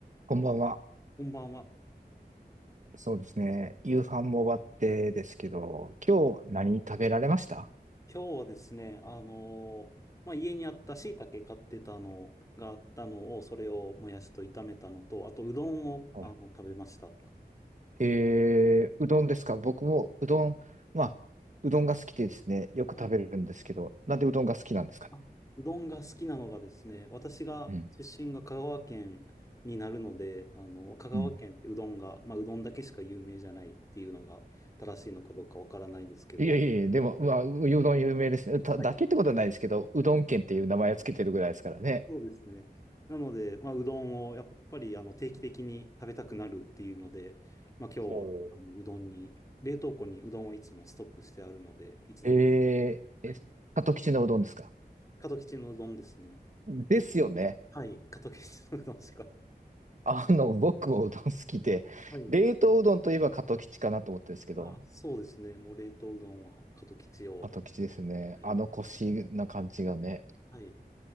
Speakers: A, on the right; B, on the left.
A: こんばんは。
B: こんばんは。
A: そうですね。夕飯も終わってですけど、今日何食べられました
B: 今日はですね、あのーまあ、家にあった椎茸買ってたのがあったのを、それをもやしと炒めたのと、あとうどんをあの食べました。
A: はい。えー、うどんですか僕もうどん、まあ、うどんが好きでですね、よく食べるんですけど、
B: はい。
A: なんでうどんが好きなんですか
B: あ、うどんが好きなのがですね、私が出身が香川県になるので、
A: ね
B: あの、香川県ってうどんが、
A: うん。うん。
B: まあ、うどんだけしか有名じゃないっていうのが正しいのかどうかわからないですけど、
A: いやいやいや、でも、まあ、ううどん有名ですね。ただけってことはないですけど、
B: はいはい
A: うどん県っていう名前をつけてるぐらいですからね。
B: そうですね。なので、まあ、うどんをやっぱりあの定期的に食べたくなるっていうので、まあ、今日はあのうどんに、
A: おー
B: 冷凍庫にうどんをいつもストックしてあるので、いつでも食べ
A: えー、
B: たい。
A: え、鳩吉のうどんですか
B: 門吉のうどんですね。
A: ですよね。
B: はい、門吉のうどんしか。
A: あの、僕もうどん好きで、
B: はい。
A: 冷凍うどんといえば加藤吉かなと思ったんですけど、
B: あ、そうですね。もう冷凍うどんは門吉を
A: 加藤吉ですね。
B: 買えば。
A: あの腰な感じがね、
B: はい。